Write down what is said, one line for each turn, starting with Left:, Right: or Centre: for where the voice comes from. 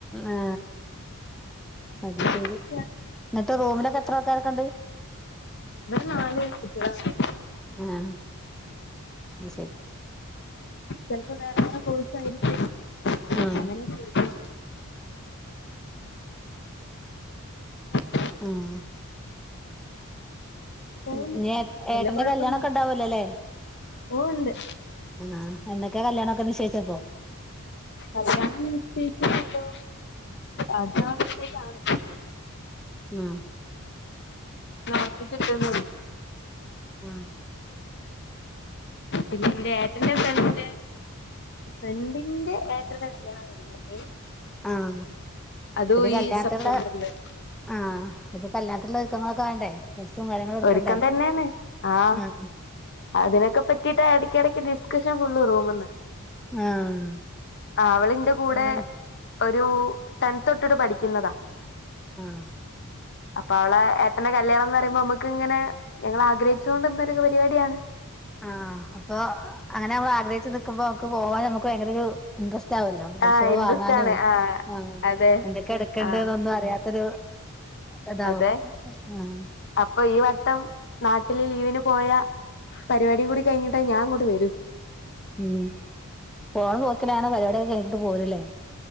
Centre: ആ അത് ശെരി
Left: എന്തൊക്കെയാണ്
Centre: ന്നിട്ട് റൂമിലൊക്കെ എത്ര ആൾക്കാരൊക്കെ ഇണ്ട്
Left: ഇവടെ നാല് കുട്ട്യോള <unintelligible>
Centre: ആ ന്നാശെരി
Left: ചെലപ്പോ വേറെ വേറെ കോഴ്സ് ആയിരിക്കും
Centre: ആ
Left: അങ്ങനൊക്കിരിക്ക്ണു <unintelligible>
Centre: ആഹ്
Left: പോകുന്നു
Centre: ഇന്യാട്ഏട്ടന്റെ
Left: വല്ല കുഴപ്പമൊന്നുമില്ല
Centre: കല്യാണൊക്കെ ഇണ്ടാവുലോല്ലേ
Left: ഓ ഉണ്ട്
Centre: ആ എന്നക്കാ കല്യാണൊ ക്കെ നിശ്ചയിച്ചപ്പോ
Left: കല്യാണം നിശ്ചയിച്ച ഇപ്പോൊ അദ്യഷത്തെ കാാണ്
Centre: ഉം
Left: ഉപ്പിച്ചിട്ടന്ന
Centre: ആഹ
Left: പിന്നെ എ ഏട്ടറെ ഫ്രണ്ട് രണ്ടിന്റെ ഏറ്റത്തെ കല്യാ വരുന്നുണ്ട്
Centre: ആഹ
Left: അതും
Centre: പി കല്ലാത്തുള്ള
Left: ഈ സെപ്റ്റംബറില്
Centre: ആഹ പി കല്ലാ മുള്ള ഒരുക്കങ്ങളൊക്കെ വേണ്ടേ പ്രസും കാര്യങ്ങളും എടുക്കണ്ടേ
Left: ഒരുക്കം തന്നെയാണ് ആഹ്
Centre: ആ
Left: അതിനൊക്കെ പറ്റിട്ട് ഇടക്ക ഇടക്ക് ഡിസ്കഷൻ ഫുള്ള് റൂമന്ന്
Centre: ആഹ്
Left: അവളിന്റെ
Centre: കല്യാണം
Left: കൂടെ ഒരു ടെൻത്ൊട്ടിട്ട് പഠിക്കുന്നതാ
Centre: ആഹ്
Left: അപ്പൊ അവള ഏട്ടന്റെ കല്യാണംന്ന് പറയുമ്പോ നമ്മുക്ക് ഇങ്ങനെ ഞങ്ങൾ ആഗ്രഹിച്ചു കൊണ്ടിന്നൊ ഒരു പരിപാടിയാണ്
Centre: ആഹ അപ്പൊ അങ്ങനെ നമ്മൾ ആഗ്രഹിച്ചു നിക്കുമ്പോക്ക് പോവാൻ നമുക്ക് ഭയങ്കര ഇൻ്രസ്റ്റ് ാവല്ലോ ഡ്രസ്സുകൾ
Left: ആഹ് ഇൻട്രസ്റ്റ്
Centre: വാങ്ങാനും
Left: ആണ് ആഹ്
Centre: ആ
Left: അതെ
Centre: എന്തൊക്കെ എടുക്കണ്ട
Left: ആഹ്
Centre: എന്നൊന്നും അറിയാത്തൊരു ഇതാവും
Left: അതെ
Centre: ആഹ്
Left: അപ്പൊ ഈ മൊത്തം നാട്ടില് ലീവിന് പോയ പരിപാടി കൂടി കഴിഞ്ഞിട്ടാ ഞാൻ അങ്ങോട്ട് വരൂ
Centre: ഉം പോണ നോക്കലാണ് പരിപാടിയൊക്കെ കേട്ടിട്ട് പോലല്ലേ